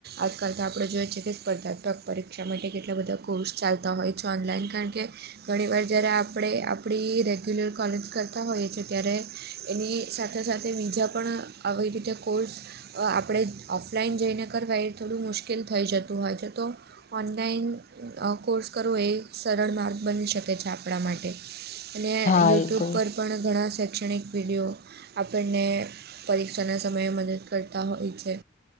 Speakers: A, on the right; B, on the left.
A: આજકાલ તો આપણે જોઈએજ છેએ કે સ્પર્ધાત્મક પરીક્ષા માટે કેટલા બધા કોર્સ ચાલતા હોય છે ઓનલાઈન કારણ કે ઘણીવાર જ્યારે આપણે આપણી રેગ્યુલર કોલેજ કરતા હોઈએ છીએ ત્યારે એની સાથે સાથે બીજા પણ આવી રીતે કોર્સ અ આપણે ઓફલાઈન જઈને કરવા એ થોડું મુશ્કેલ થઈ જતું હોય છે તો ઓનલાઈન અ કોર્સ કરવો એ સરળ માર્ગ બની શકે છે આપણા માટે અને
B: હા
A: યુટ્યુબ
B: એ તો.
A: પર પણ ઘણા શૈક્ષણિક વિડીયો આપણને પરીક્ષાના સમયે મદદ કરતા હોય છે.